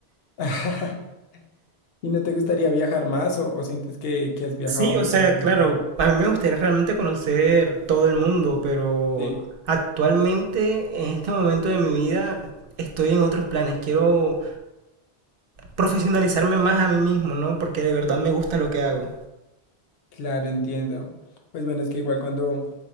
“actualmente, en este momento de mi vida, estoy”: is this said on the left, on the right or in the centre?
Right